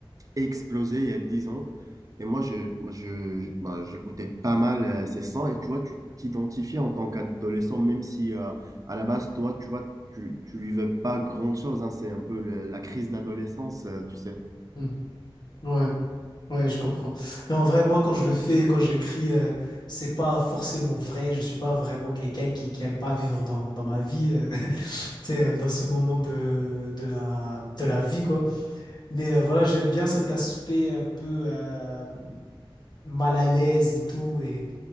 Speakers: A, on the right; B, on the left.
A: explosé il y a 10 ans. Et moi, je, moi, je, je- bah, j'écoutais pas mal euh, ces sons. Et tu vois, tu t'identifies en tant qu'adolescent, même si euh, à la base, toi, tu vois, tu, tu vivais pas grand-chose. hein. c'est un peu le- la crise d'adolescence, euh, tu sais.
B: mhm. Ouais, ouais, je comprends. Mais en vrai, moi, quand je le fais, quand j'écris, euh, c'est pas forcément vrai. Je suis pas vraiment quelqu'un qui, qui aime pas vivre dans, dans ma vie, euh, <laughs> tu sais, euh, dans ce moment de, de la, de la vie, quoi. Mais euh, voilà, j'aime bien cet aspect un peu euh, mal à l'aise et tout. Et,